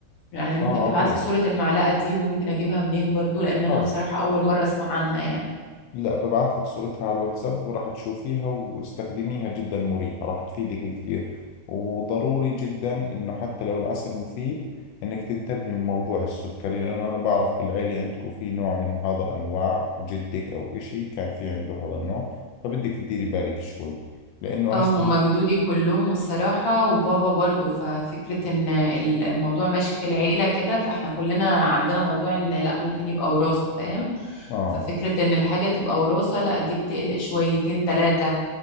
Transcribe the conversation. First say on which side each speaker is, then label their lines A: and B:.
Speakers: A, on the left; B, on the left.
A: يعني ممكن
B: آه
A: تبعت
B: على طول
A: لي صورة المعلقة دي وممكن اجيبها منين برضو لان
B: خلص
A: انا بصراحة اول مرة اسمع عنها يعني
B: لا ببعت لك صورتها على الواتساب وراح تشوفيها واستخدميها جدا مريحة راح تفيدك كثير وضروري جدا انه حتى لو العسل مفيد انك تنتبهي من موضوع السكري لانه انا بعرف بالعيلة عندكم في نوع من هذا الانواع جدك او اشي كان في عنده هذا النوع فبدك تديري بالك شوي لانه هسه
A: اه هما جدودي كلهم الصراحة وبابا برضو ففكرة ان ال- الموضوع ماشي في العيلة كده فاحنا كلنا عندنا موضوع ان لا ممكن يبقى وراثة فاهم
B: اه
A: ففكرة ان الحاجة تبقى وراثة لا دي بتقلق شويتين تلاتة